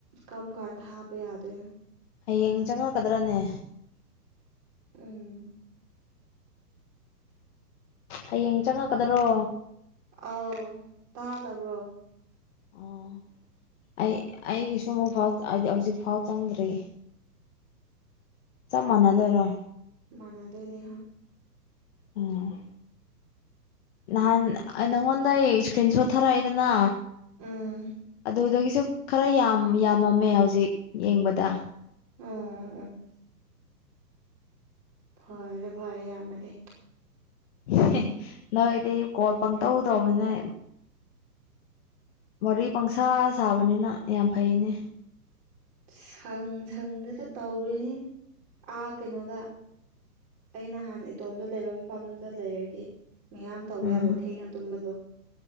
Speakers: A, on the right (about 35°); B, on the left (about 40°).
A: ꯀꯝ ꯀꯥꯟ ꯊꯥꯕ ꯌꯥꯗꯣꯏꯅꯣ
B: ꯍꯌꯦꯡ ꯆꯪꯉꯛꯀꯗ꯭ꯔꯅꯦ
A: ꯎꯝ
B: ꯍꯌꯦꯡ ꯆꯪꯉꯛꯀꯗꯔꯣ
A: ꯑꯥꯎ ꯇꯥꯗꯕ꯭ꯔꯣ
B: ꯑꯣ ꯑꯩ ꯑꯩꯒꯤꯁꯨ ꯑꯃꯨꯛ ꯐꯥꯎ ꯍꯧꯖꯤꯛ ꯐꯥꯎ ꯆꯪꯗ꯭ꯔꯤ ꯆꯞ ꯃꯥꯟꯅꯗꯣꯏꯔꯣ
A: ꯃꯥꯟꯗꯣꯏꯅꯦ
B: ꯎꯝ ꯅꯍꯥꯟ ꯅꯪꯉꯣꯟꯗ ꯑꯩ ꯏꯁꯀ꯭ꯔꯤꯟ ꯁꯣꯠ ꯊꯥꯔꯛꯑꯦꯗꯅ
A: ꯎꯝ
B: ꯑꯗꯨꯗꯒꯤꯁꯨ ꯈꯔ ꯌꯥꯝ ꯌꯥꯝꯃꯝꯃꯦ ꯍꯧꯖꯤꯛ ꯌꯦꯡꯕꯗ
A: ꯎꯟ ꯎꯟ ꯎꯟ ꯐꯔꯦ ꯐꯔꯦ ꯌꯥꯝꯃꯗꯤ
B: <unintelligible> ꯅꯣꯏꯗꯤ ꯀꯣꯜ ꯄꯪꯇꯧ ꯇꯧꯕꯅꯤꯅ ꯋꯥꯔꯤ ꯄꯪꯁꯥ ꯁꯥꯕꯅꯤꯅ ꯌꯥꯝ ꯐꯩꯅꯦ
A: ꯁꯪ ꯁꯪꯗꯨꯗ ꯇꯧꯔꯤꯅꯤ ꯑꯥ ꯀꯩꯅꯣꯗ ꯑꯩ ꯅꯍꯥꯟ ꯏꯇꯣꯝꯗ ꯂꯩꯕ ꯃꯐꯝꯗꯨꯗ ꯂꯩꯔꯗꯤ ꯃꯌꯥꯝ ꯇꯧꯕ
B: ꯎꯝ
A: ꯌꯥꯕ꯭ꯔꯣ ꯊꯦꯡꯅ ꯇꯨꯝꯕꯗꯣ